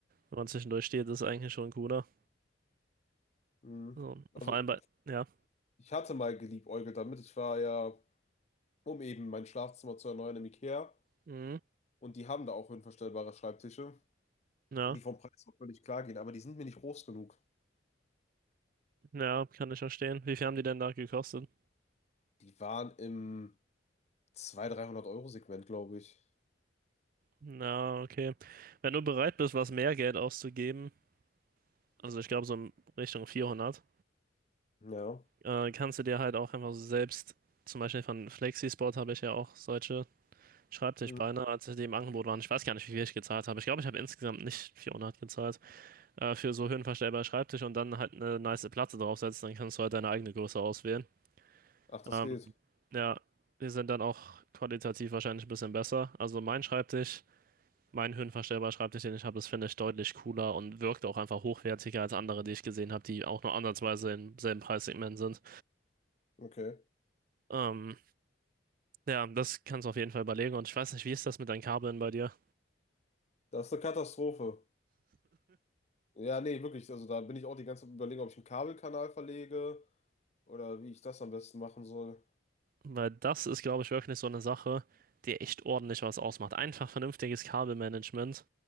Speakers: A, on the right; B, on the left.
A: wenn man zwischendurch steht, ist es eigentlich schon cooler.
B: Hm.
A: So,
B: Also,
A: vor allem bei, ja,
B: ich hatte mal geliebäugelt damit. Ich war ja, um eben mein Schlafzimmer zu erneuern im IKEA.
A: mhm.
B: Und die haben da auch höhenverstellbare Schreibtische,
A: Ja,
B: die vom Preis auch völlig klar gehen, aber die sind mir nicht groß genug.
A: ja, kann ich verstehen. Wie viel haben die denn da gekostet?
B: Die waren im 200 dreihundert euro segment glaube ich.
A: Na, okay. Wenn du bereit bist, was mehr Geld auszugeben, also ich glaube so in Richtung 400,
B: Ja.
A: äh, kannst du dir halt auch einfach so selbst, zum Beispiel von Flexisport habe ich ja auch solche Schreibtischbeine,
B: Hm.
A: als die im Angebot waren. Ich weiß gar nicht, wie viel ich gezahlt habe. Ich glaube, ich habe insgesamt nicht 400 gezahlt. äh, für so höhenverstellbaren Schreibtisch und dann halt eine nice Platte draufsetzen, dann kannst du halt deine eigene Größe auswählen.
B: Ach, das
A: Ähm,
B: geht.
A: ja, die sind dann auch qualitativ wahrscheinlich ein bisschen besser. Also mein Schreibtisch, mein höhenverstellbarer Schreibtisch, den ich habe, das finde ich deutlich cooler und wirkt auch einfach hochwertiger als andere, die ich gesehen habe, die auch nur andersweise im selben Preissegment sind.
B: Okay.
A: Ähm, ja, das kannst du auf jeden Fall überlegen und ich weiß nicht, wie ist das mit deinen Kabeln bei dir?
B: Das ist eine Katastrophe. Ja, nee, wirklich. Also, da bin ich auch die ganze Zeit am Überlegen, ob ich einen Kabelkanal verlege. Oder wie ich das am besten machen soll.
A: Weil das ist, glaube ich, wirklich so eine Sache, die echt ordentlich was ausmacht. Einfach vernünftiges Kabelmanagement